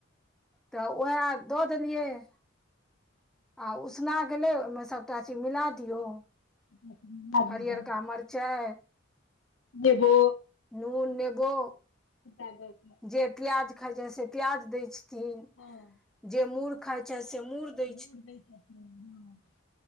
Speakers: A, in the centre; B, on the left.
A: तऽ वएह दऽ देलियै रहै आ उसना गेलै ओहमे सभटा चीज मिला दियौ
B: <inaudible>
A: हरियरका
B: हँ
A: मरचाइ,
B: नेबो
A: नून नेबो
B: <unintelligible>
A: जे प्याज खाय छै से प्याज दय छथिन
B: हँ
A: जे मुर खाय छै से मुर जे
B: मूड़ दै छथिन हँ